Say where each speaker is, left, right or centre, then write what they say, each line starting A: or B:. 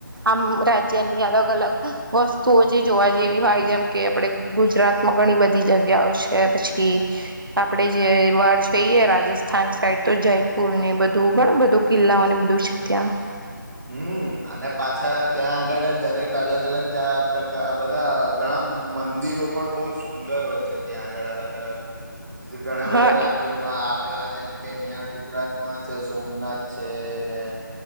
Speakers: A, on the right; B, on the right.
A: આમ રાજ્યની અલગ અલગ વસ્તુઓ જે જોવા જેવી હોય કે આપણે ગુજરાત માં ઘણી બધી જગ્યાઓ છે પછી આપડે જે વાર જઈ રાજસ્થાન સાઈડ તો જયપુર ને બધું ઘણું બધું કિલ્લાઓને બધું છે ત્યાં
B: હમ અને પાછા ત્યાં આગળ દરેક અલગ અલગ પ્રકાર બધા ઘણા મંદિરો પણ બહુ સુંદર હોય છે ત્યાં આગળ અલગ અલગ ઘણા
A: હા
B: બધા રાજ્યોમાં આપણા જેમ કે અહિયાં ગુજરાતમાં છે સોમનાથ છે અને